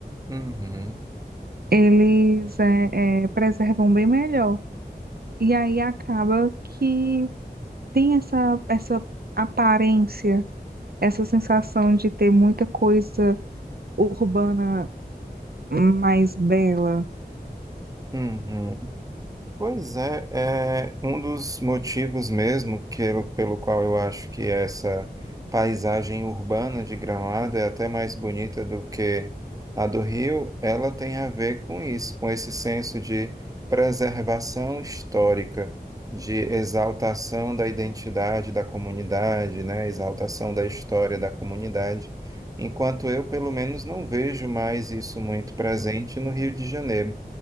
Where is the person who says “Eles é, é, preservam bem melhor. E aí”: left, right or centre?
Right